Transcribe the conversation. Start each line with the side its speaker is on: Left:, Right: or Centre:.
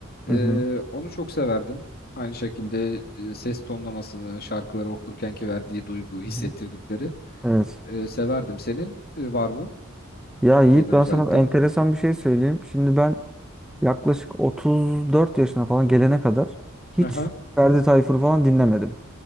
Left: Ee,
Centre: Hı hı.
Left: onu çok severdim. Aynı şekilde e, ses tonlamasını, şarkıları okurkenki verdiği duygu, hissettirdikleri
Centre: Hı hı. Evet.
Left: e, severdim. Senin e, var mı?
Centre: Ya
Left: Türkiye'den
Centre: Yiğit ben
Left: özellikle.
Centre: sana enteresan bir şey söyleyeyim. Şimdi ben yaklaşık 34 yaşına falan gelene kadar hiç
Left: Aha.
Centre: Ferdi Tayfur falan dinlemedim.